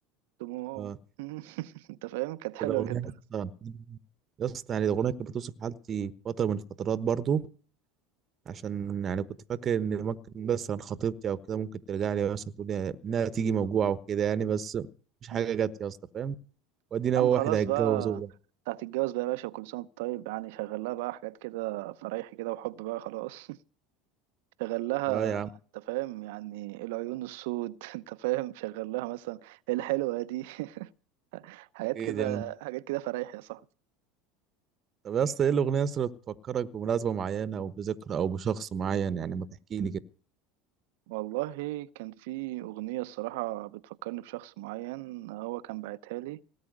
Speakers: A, on the right; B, on the right.
A: دموع
B: آه،
A: <laughs> انت فاهم كانت حلوة
B: ده أغنية
A: جدا
B: آه. يا اسطى يعني الأغنية كانت بتوصف حالتي فترة من الفترات برضو عشان يعني كنت فاكر إن ممكن مثلا خطيبتي أو كده ممكن ترجع لي مثلا تقول لي إنها تيجي موجوعة وكده يعني بس مش حاجة
A: مم.
B: جت يا اسطى فاهم وأدينا
A: عم
B: هو
A: خلاص
B: واحد هيتجوز
A: بقى
B: هو
A: بتاعت الجواز بقى يا باشا وكل سنة وأنت طيب يعني شغل لها بقى حاجات كده فرايحي كده وحب بقى خلاص <laughs> شغل لها
B: أه يا
A: انت
B: عم
A: فاهم يعني إيه العيون السود <laughs> انت فاهم شغل لها مثلا إيه الحلوة دي <laughs> حاجات
B: أكيد
A: كده
B: يا عم
A: حاجات كده فرايح يا صاحبي
B: طب يا اسطى إيه الأغنية يا اسطى اللي بتفكرك بمناسبة معينة أو بذكرى أو بشخص معين يعني ما تحكي لي كده
A: والله كان في أغنية الصراحة بتفكرني بشخص معين هو كان باعتها لي